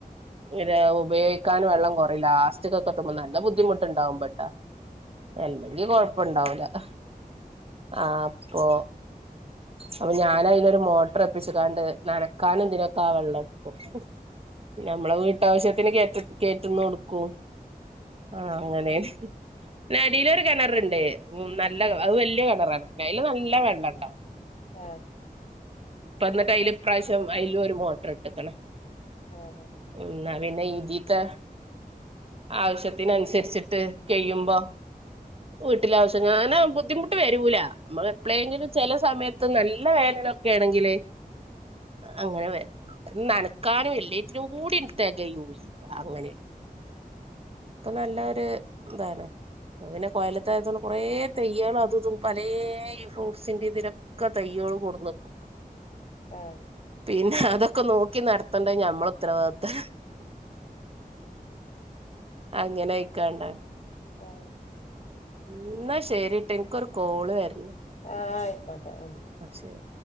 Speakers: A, on the right (about 40°); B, on the left (about 50°).
A: <unintelligible> ഉപയോഗിക്കാൻ വെള്ളം കുറയുല്ലാസ്റ്റ്കൊക്കെത്തുമ്പൊ നല്ല ബുദ്ധിമുട്ട്ണ്ടാവുമ്പട്ടാ അല്ലെങ്കി കൊഴപ്പുണ്ടാവൂല ഹ് ആപ്പൊ.. അപ്പഞ്ഞാനയിലൊര് മോട്ടർ ഒപ്പിച്ച് കാണ്ട്, നനക്കാനു, തിനൊക്കെ ആ വെള്ള ക്കു ഹ് ഞമ്മളെവീട്ടാവിശ്യത്തിന് കേറ്റത്, കേറ്റ്ന്നൂട്ക്കൂ ആ അങ്ങനേണ് ഹ് ഹ് ന്നടീലൊര് കെണറ്ണ്ട്, ഉം നല്ല അത് വെല്യ കെണറാണ് പിന്നെ അയ്ല് നല്ല വെള്ളണ്ടാവും
B: ആ
A: ഇപ്പന്ന്ട്ട് അയ്ല് ഇപ്രായിശം അയ്ലു ഒര് മോട്ടറ്ട്ട്ക്ക്ണ്
B: ആയിക്കോട്ടെ
A: ഉം ന്നാ പിന്നെ ഇതീത്തെ ആവിശ്യത്തിനൻസര്ച്ച്ട്ട്, കെയ്യുമ്പോ വീട്ടിലാവിശ്യ ഞ്ഞാന ബുദ്ധിമുട്ട് വരൂല, മ്മക് എപ്പളേങ്കിലും ചെല സമയത്ത് നല്ല വേനലൊക്കെ ഏണെങ്കില്, അങ്ങനെ വെ നനക്കാനു എല്ലേറ്റിനുങ്കൂ‌ടി തെകയൂ അങ്ങനെ ഇപ്പൊ നല്ല ഒര് ഇതാണ് പിന്നെ കൊയല്ത്തത് ആയതോണ്ട് കൊറേ തെയ്യേളു അതു ഇതും പലേ ഈ ഫ്രൂട്ട്സി ഇതിനൊക്കെ <unintelligible>
B: ആ
A: പിന്നെ അതൊക്കെ നോക്കി നടത്തണ്ടത് നമ്മള ഉത്തരവാദിത്താ അങ്ങനെയിക്കാണ്ടാ
B: ഏ
A: എന്നാ ശരിട്ടാ ഇൻക്കൊരു കോള് വര്
B: ആ ആയിക്കോട്ടെ ആ
A: ശരി